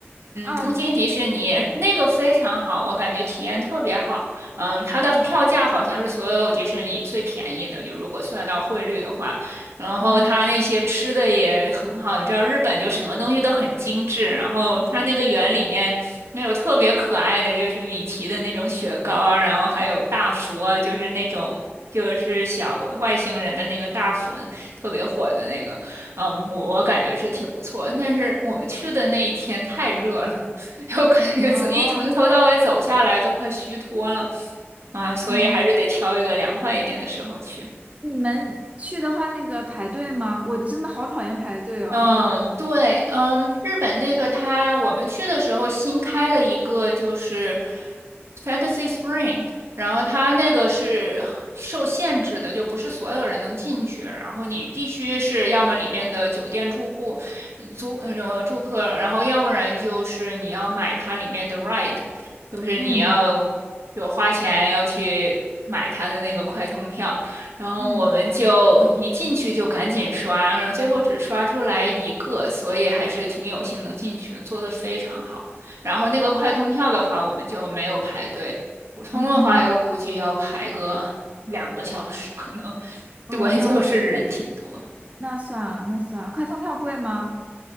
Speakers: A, on the right (about 80°); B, on the right (about 30°).
A: 嗯，
B: 啊，
A: 东京迪士尼那个非常好，我感觉体验特别好。嗯，它的票价好像是所有迪士尼里最便宜的，
B: 嗯，
A: 就如果算到汇率的话。然后它那些吃的也很好，
B: 哦，
A: 你知道日本就什么东西都很精致。然后它那个园里面那有特别可爱的，
B: 嗯，
A: 就是米奇的那种雪糕啊，然后还有大福啊，就是那种。就是小外星人的那个大福，特别火的那个，嗯，我我感觉是挺不错。但是我们去的那一天太热了，<laughs> 我感觉从一从头到尾走下来都快虚脱了
B: 哦，
A: 啊，所以还是得挑一个凉快一点的时候去。
B: 嗯，你们去的话，那个排队吗？我真的好讨厌排队哦。
A: 嗯，
B: <laughs>
A: 对，嗯，日本那个它，我们去的时候新开了一个，就是 Fantasy Spring，然后它那个是受限制的，就不是所有人能进去，然后你必须是要么里面的酒店住户、租呃住客，然后要不然就是你要买它里面的 ride，就是你要
B: 嗯
A: 有花钱要去买它的那个快通票。然后我们就一进去就赶紧刷，
B: 嗯
A: 然后最后只刷出来一个，所以还是挺有幸能进去的，做的非常好。然后那个快通票的话，
B: 哦，
A: 我们就没有排队，普通的话我估计要排个两个小时，
B: 嗯，
A: 可能，<laughs>
B: 哦，
A: 对，
B: 那
A: 就是人挺多。
B: 那算了，那算了。快通票贵吗？